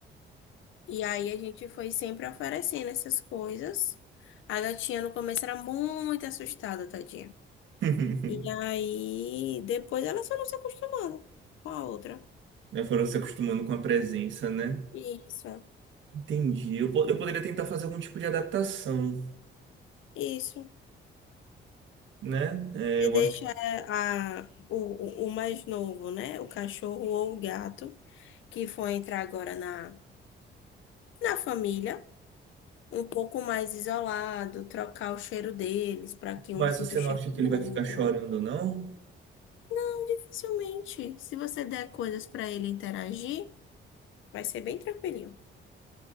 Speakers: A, on the left; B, on the right.
A: E aí a gente foi sempre oferecendo essas coisas. A gatinha no começo era muito assustada, tadinha.
B: <laughs>
A: E aí depois ela só não se acostumando com a outra.
B: Né, Foram se acostumando com a presença, né?
A: Isso,
B: Entendi. Eu, po- eu poderia tentar fazer algum tipo de adaptação,
A: isso.
B: né? É,
A: Você
B: eu
A: deixa
B: acho.
A: é, a, o, o o mais novo, né? O cachorro ou o gato, que foi entrar agora na, na família, um pouco mais isolado, trocar o cheiro deles para que
B: Mas
A: um sinta
B: você
A: o cheiro
B: não acha
A: do
B: que ele
A: outro.
B: vai ficar chorando, não?
A: Então, Dificilmente, se você der coisas para ele interagir, Vai ser bem tranquilinho.